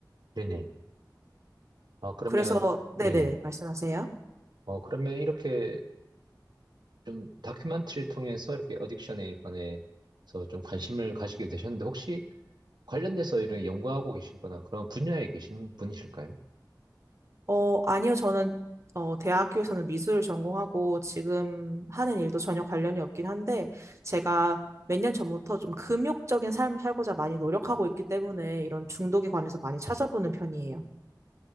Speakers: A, on the right (about 70°); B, on the right (about 40°).
A: 네네. 아, 그러면,
B: 그래서, 네네네,
A: 네네.
B: 말씀하세요.
A: 어, 그러면 이렇게 좀 다큐멘터리를 통해서 이렇게 어딕션에 관해서 좀 관심을 가지게 되셨는데 혹시 관련돼서 이런 연구하고 계시거나 그런 분야에 계신 분이실까요?
B: 어, 아니요. 저는 어, 대학교에서는 미술을 전공하고 지금 하는 일도 전혀 관련이 없긴 한데 제가 몇 년 전부터 좀 금욕적인 삶을 살고자 많이 노력하고 있기 때문에 이런 중독에 관해서 많이 찾아보는 편이에요.